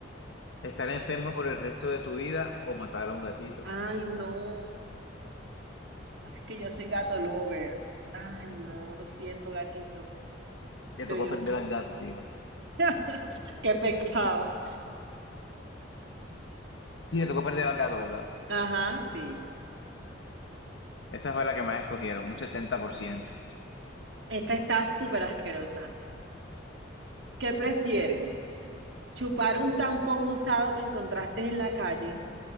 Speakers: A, on the left; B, on the right.
A: Estar enfermo por el resto de tu vida o matar a un gatito.
B: Ay, no. Así que yo soy gato lover. Ay, no, lo siento, gatito.
A: Ya
B: Pero
A: tocó
B: yo
A: perder
B: no quiero.
A: al gato, mira.
B: <laughs> Qué pecado.
A: Sí, le tocó perder al gato, ¿verdad?
B: Ajá, sí.
A: Esa fue la que más escogieron, un setenta por ciento
B: Esta está súper asquerosa. ¿Qué prefieres? chupar un tampón usado que encontraste en la calle